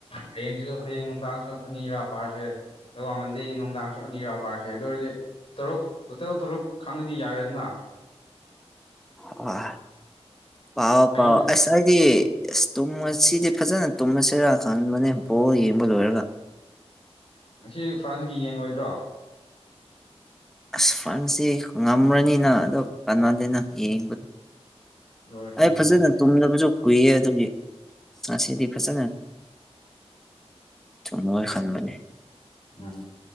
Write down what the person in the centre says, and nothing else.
ꯑ ꯄꯑꯣ
ꯄꯑꯣ ꯑ ꯍꯥꯏꯗꯤ ꯑꯦꯁ ꯇꯨꯝꯃ ꯁꯤꯗꯤ ꯐꯖꯅ ꯇꯨꯝꯃꯁꯔꯥ ꯈꯟꯕꯅꯦꯕ ꯄ ꯌꯦꯡꯕ ꯂꯣꯏꯔꯒ
ꯑꯁ ꯐꯥꯟꯁꯤ ꯉꯝꯃ꯭ꯔꯅꯤꯅ ꯑꯗꯣ ꯀꯩꯅꯣꯗꯅ ꯌꯦꯡꯕꯗꯣ
ꯑꯩ
ꯐꯖꯅ ꯇꯨꯝꯅꯕꯁꯨ ꯀꯨꯏꯌꯦ ꯑꯗꯨ ꯁꯤꯗꯤ ꯐꯖꯅ ꯊꯃ ꯈꯥꯟ ꯃꯅꯦ